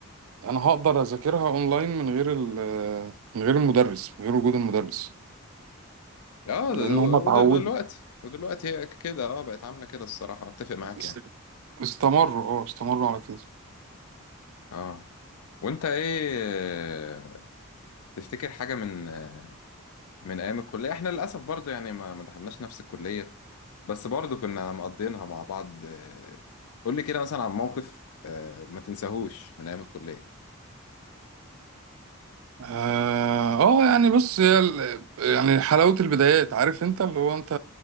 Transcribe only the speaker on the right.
انا هقدر اذاكرها اونلاين من غير ال- من غير المدرس من غير وجود المدرس
لان
هم اتعودوا
است-
استمروا اه استمروا على كده
اه آه، يعني بص هي ال- يعني حلاوه البدايات عارف انت اللي هو انت